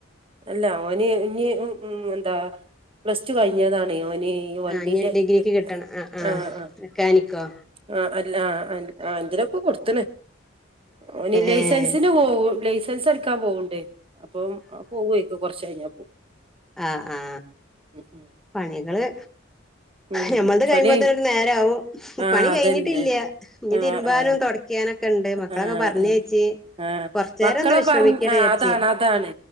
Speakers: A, on the right; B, in the centre.
A: അല്ല ഓന് ഇ ഉ എന്താ പ്ലസ് ടു കഴിഞ്ഞതാണ് ഓൻ വണ്ടിന്റെ
B: ആഹ് ഇനി ഡിഗ്രിക്ക്
A: ഇ
B: കിട്ടണം ആഹ് ആഹ്
A: ആ ആ
B: മെക്കാനിക്കോ
A: ആ അല്ല ആ എന്തിനൊക്കെ കൊട് ത്ത്ണ്. വനീ ലൈസൻസിന്
B: ഏഹ്
A: പോകും ലൈസൻസ് <unintelligible> പോവ്ണ്ട് അപ്പം പോവേക്കും കൊർച്ച് കഴിഞ്ഞ
B: ആ ആ
A: ഉം
B: പണികള്
A: ഉം
B: ഞമ്മത് കഴിയുമ്പോത്തേനൊരു
A: പണി
B: നേരം ആവും
A: ആഹ്
B: പണി കഴിഞ്ഞിട്ടില്യ
A: അതന്നെ
B: ഇനി
A: ആഹ്
B: തിരുമ്പാനും
A: ആഹ്
B: തൊടയ്ക്കാനൊക്കെ രണ്ടെ മക്കളൊക്കെ
A: ആഹ്
B: പർഞ്ഞേച്ച്
A: ആഹ് ആഹ്
B: കൊർച്ചേരം
A: മക്കളെ
B: ഒന്ന് വിശ്രമിക്കട്ടേ
A: പറ ആഹ്
B: രാച്
A: അതാണ് അതാണ്